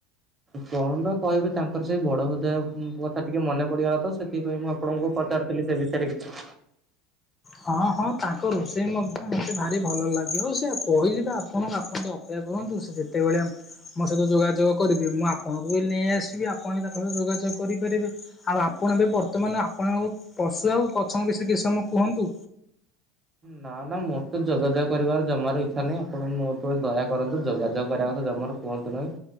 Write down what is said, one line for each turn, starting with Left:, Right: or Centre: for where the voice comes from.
Right: କଣ ବା କହିବି ତାଙ୍କର ସେଇ ବଡ ହୃଦୟ ଉଁ କଥା ଟିକେ ମନେ ପଡିଗଲା ତ ସେଥିପାଇଁ ମୁଁ ଆପ ପଣଙ୍କୁ ପଚାରୁଥିଲି ସେ ବିଷୟରେ କିଛି।
Left: ହଁ ହଁ ତାଙ୍କ ରୋଷେଇ ମଧ୍ୟ ମତେ ଭାରି ଭଲ ଲାଗେ ଆଉ ସେଆ କହିଲି ବା ଆପଣ ଆପଣ ଟିକେ ଅପ ପେକ୍ଷା କରନ୍ତୁ ସିଏ ଯେତେବେଳେ ଆମ ମୋ ସହିତ ଯୋଗାଯୋଗ କରିବି ମୁଁ ଆପଣଙ୍କୁ ବି ନେଇ ଆସିବି ଆପଣ ବି ତାଙ୍କ ସହ ଯୋଗାଯୋଗ କରିପାରିବେ। ଆଉ ଆପଣ ଏବେ ବର୍ତ୍ତମାନ ଆପଣଙ୍କୁ ପଶୁ ଆଉ ଗଛଙ୍କ ବିଷୟରେ କିଛି ସମୟ କୁହନ୍ତୁ?
Right: ନା ନା ମତେ ଯୋଗାଯୋଗ କରିବାର ଜମାର ଇଚ୍ଛା ନାହିଁ ଆପଣ ମୋ ଉପରେ ଦୟା କରନ୍ତୁ ଯୋଗାଯୋଗ କରିବା କଥା ଜମାରୁ କୁହନ୍ତୁ ନାହିଁ